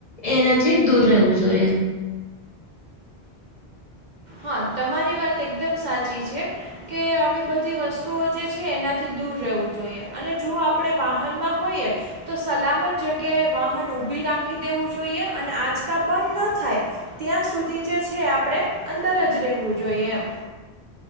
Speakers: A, on the left; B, on the right.
A: એનાથી દૂર રહેવું જોઈએ.
B: હા તમારી એકદમ સાચી છે. કે આવી બધી વસ્તુઓ જે છે એનાથી દૂર રહેવું જોઈએ અને જો આપણે વાહનમાં હોઈએ તો સલામત જગ્યાએ વાહન ઊભી રાખી દેવું જોઈએ અને આંચકા બંધ ના થાય ત્યાં સુધી જે છે આપણે અંદર જ રહેવું જોઈએ એમ.